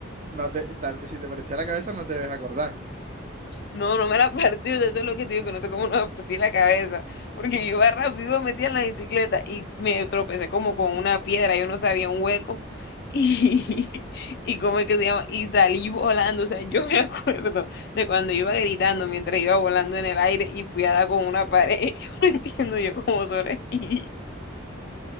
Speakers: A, on the right (about 35°); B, on the left (about 50°).
A: No te, tal, si te partiste la cabeza no te debes acordar.
B: No, no me la partí, o sea, eso es lo que te digo, que no sé cómo no me partí la cabeza, porque yo iba rápido, metía en la bicicleta y me tropecé como con una piedra, yo no sabía un hueco y, <laughs> y cómo es que se llama, y salí volando, o sea, yo me <laughs> acuerdo de cuando iba gritando mientras iba volando en el aire y fui a dar con una pared, <laughs> yo no entiendo yo cómo sobreviví.